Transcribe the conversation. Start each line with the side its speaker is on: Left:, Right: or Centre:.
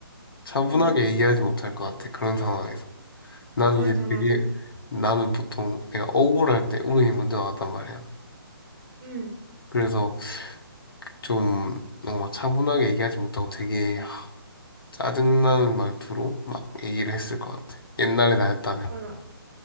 Left: 차분하게
Right: 음
Left: 얘기하지 못할 것 같아, 그런 상황에서. 난
Right: 맞아
Left: 이제
Right: 맞아
Left: 되게, 나는 보통 내가 억울할 때 울음이 먼저 나왔단 말이야.
Right: 음
Left: 그래서 좀, 어, 차분하게 얘기하지 못하고 되게 하- 짜증나는 말투로 막 얘기를 했을 것 같아. 옛날에 나였다면.
Right: 맞아